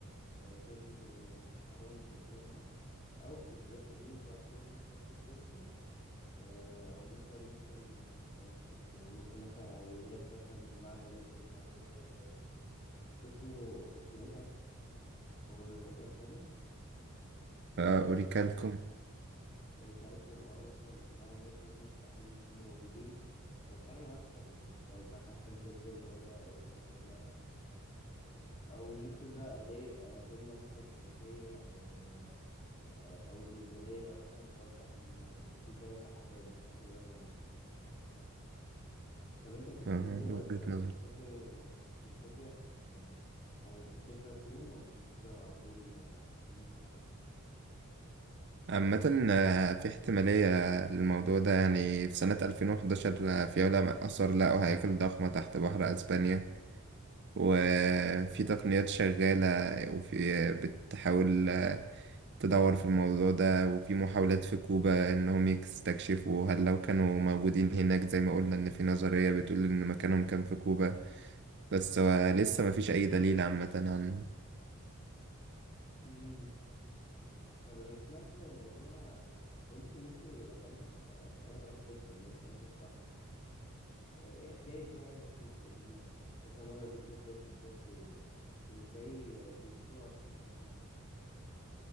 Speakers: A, on the left; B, on the right.
A: آه، تثبت إن كانت في حضارة متقدمة هنا أو كتابات قديمة بقى بتوصف نفس القصة آه، أو مثلا ممكن مش عارف كده كمان ممكن مثلا عينات مثلا من المعدن اللي أنت قلت عليه إن هو ده اللي هو قلت اسمه اسمه إيه ساعتها؟ أور أور حاجة المعدن
B: آه، أوريكالكم
A: ويكلكم اه مثلا لو في عينات منه فده هيبقوا موجودين بس انا ملعبش شكله فمش هيبقى <laughs> هنعرف ده ازاي اللي هو ده اوريكالكم ولا لا آه، او ممكن بقى أدي- ادله مثلا فلكيه او آه، او زلزاليه مثلا توضح ان ان في كارثه حصلت بالشكل ده فعلا طب انت تك...
B: آه،
A: انت
B: وجهة
A: ت-
B: نظر
A: تفتكر تفتكر هن... هنكتشفها في يوم ولا هتفضل على طول آه، في الموت
B: عامة آه، في احتمالية للموضوع ده يعني في سنة 2011 آه، في علماء آثار لقوا هياكل ضخمة تحت بحر أسبانيا وفي تقنيات شغالة وفي بتحاول آه، تدور في الموضوع ده وفي محاولات في كوبا إنهم يستكشفوا هل لو كانوا موجودين هناك زي ما قلنا إن في نظرية بتقول إن مكانهم كان في كوبا بس آه، لسه مفيش أي دليل عامة عنه
A: كده طب انا سمعت موضوع انت قلت ممكن يبقى مكانها في في عين افريقيا اللي هي في قلب الصحراء يعني آه، ايه حكايه بقى عين افريقيا دي يعني انت كذا مره جبت سيرتها بجد و... وازاي بيربطوها اصلا باتلانتس